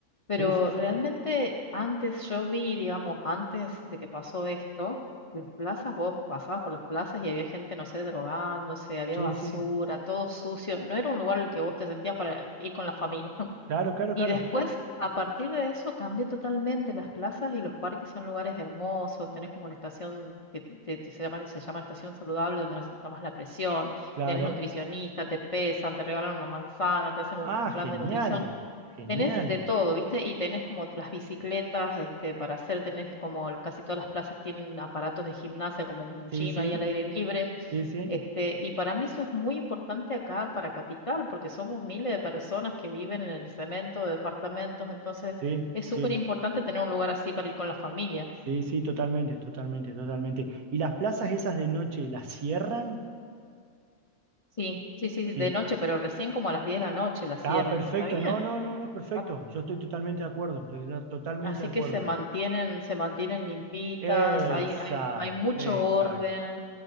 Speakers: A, on the left; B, on the right.
A: Pero
B: sí, sí, sí,
A: realmente antes yo vi, digamos, antes de que pasó esto, en plazas, vos pasabas por las plazas y había gente, no sé, drogándose, había
B: sí,
A: basura,
B: sí,
A: todo sucio. No era un lugar en el que vos te sentías para ir con la familia.
B: claro, claro,
A: Y
B: claro,
A: después, a partir de eso, cambia totalmente. Las plazas y los parques son lugares hermosos. Tenés como una estación que te- te- se llama, se llama estación saludable, donde haces- tomas la presión,
B: claro.
A: tenés nutricionista, te pesan, te regalan una manzana, te hacen un,
B: Ah,
A: un plan
B: genial,
A: de nutrición.
B: genial,
A: Tenés de todo, ¿viste? Y tenés como las bicicletas, este, para hacer, tenés como el- casi todas las plazas tienen aparatos de gimnasia, como un
B: sí,
A: gym
B: sí,
A: ahí al aire libre.
B: sí, sí,
A: Este, y para mí eso es muy importante acá para Capital, porque somos miles de personas que viven en el cemento de departamentos, entonces
B: sí,
A: es
B: sí.
A: súper importante tener un lugar así para ir con la familia.
B: Sí, sí, totalmente, totalmente, totalmente. ¿Y las plazas esas de noche las cierran?
A: Sí, sí, sí,
B: Sí.
A: de noche, pero recién como a las 10 de la noche la cierran
B: Ah, perfecto.
A: y está bien.
B: No, no, no, no, perfecto.
A: ¿tá?
B: Yo estoy totalmente de acuerdo. Estoy to- totalmente
A: Así
B: de acuerdo.
A: que se mantienen, se mantienen limpitas,
B: Exacto,
A: hay, hay, hay mucho
B: exacto.
A: orden,